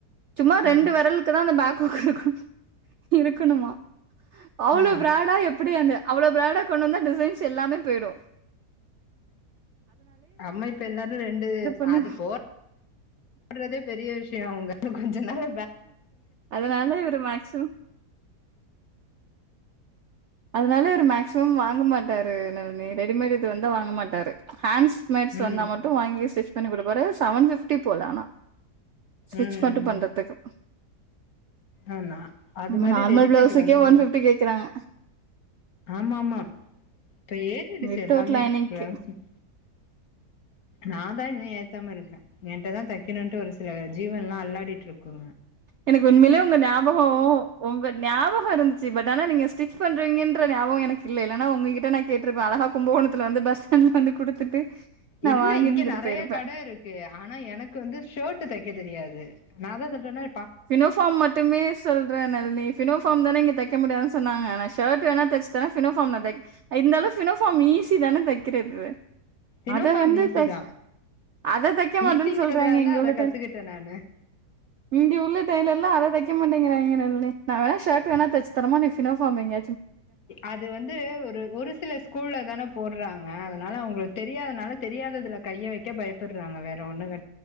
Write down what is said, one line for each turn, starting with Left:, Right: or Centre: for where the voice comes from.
Right: சும்மா ரெண்டு
Left: ம்
Right: வெரலுக்குதா அந்த பேக் கும் இருக்கணுமா அவளோ
Left: ஆ
Right: பிராடா எப் இப்படி அந்து அவ்ளோ பிராடா கொண்டு வந்தா டிசைன்ஸ் எல்லாமே பேயிடு
Left: நம்ம இப்ப எல்லாரு ரெண்டு
Right: பண்ணி
Left: அது போ போடறதே பெரிய விஷ் டே அவுங்க கொஞ்ச நேரோ
Right: அதனால இவுரு மேக்சிமம் அதனால ஒரு மேக்சிமம் வாங்க மாட்டாரு னனே ரெடிமேட் இது வந்த வாங்கமாட்டாரு ஹேண்ட்ஸ் மேட்ஸ்
Left: ம்
Right: வந்தா மட்டு வாங்கி ஸ்ட்ரிச் பண்ணி குடுபாரு செவன்ஃபிப்டி போல ஆனா ஸ்விச்
Left: ம்
Right: மட்டு பண்றதுக்கு
Left: ஆமா அது
Right: நம்ம
Left: மாரி
Right: நார்மல்
Left: ரெடிமேட்
Right: பிளவுஸுக்கே
Left: வந்து
Right: ஒன் ஃபிப்டி கேக்குறாங்க
Left: ஆமா ஆமா இப்ப ஏறிடுச்சு
Right: வித்தவுட்
Left: எல்லாமே
Right: லைனிங்க்கு
Left: <unintelligible> நா தா இன்னு ஏத்தாம இருக்கே என்ட்ட தா தைக்கணுன்ட்டு ஒரு சில ஜீவன் எல்லா அல்லாடிட்டு இருக்கு
Right: எனக்கு உண்மையிலயே உங்க ஞாபகோ உங்க ஞாபக இருந்துச்சு பட் ஆனா நீங்க டிச் பண்றங்கவுன்ற ஞாபோ எனக்கு இல்ல இல்லன்னா உங்ககிட்ட நா கேட்டுருப்பே அழகா கும்பகோணத்துல வந்து பஸ் ஸ்டாண்டுல வந்து குடுத்துட்டு நா
Left: இல்ல
Right: வாங்கிருந்துட்டு
Left: இங்க நெறைய
Right: போயிருப்பே
Left: கட இருக்கு ஆனா எனக்கு வந்து ஷர்ட் தைக்க தெரியாது நா தா சொல்றேன்ன
Right: பினோஃபார்ம் மட்டுமே சொல்றே நளினி பினோஃபார்ம் தானே இங்க தக்க முடியாது சொன்னாங்க அன்னாச் சர்ட் வேன்னா தச்சு தரே ஆனா ஃபினோபார்ம் நா தக் இந்தந்தளவு பினோபாஃர்ம் ஈஸி தானே தக்கிறது
Left: தினோஃபார்ம்
Right: அத வந்து
Left: ஈஸி
Right: தை
Left: தா
Right: அத தக்க மாட்டேன்னு
Left: ஈஸிங்கிறதுனால
Right: சொல்றாங்கே இங்க
Left: தா
Right: உள்ள
Left: அத கத்துக்கிட்டே நானு
Right: இங்க உள் இது எல்லா அத தக்க மாட்டேங்கிறாங்க நளினி நா வேனா ஷர்ட் வேணா தச்சு தரேமா நீ பினோபாஃர்ம் தைங்க
Left: அது வந்து ஒரு ஒரு சில ஸ்கூல்லல தானே போடுறாங்க அதனால அவங்களுக் தெரியாதனால தெரியாததுல கைய வைக்க பயப்புடுறாங்க வேற ஒண்ணு க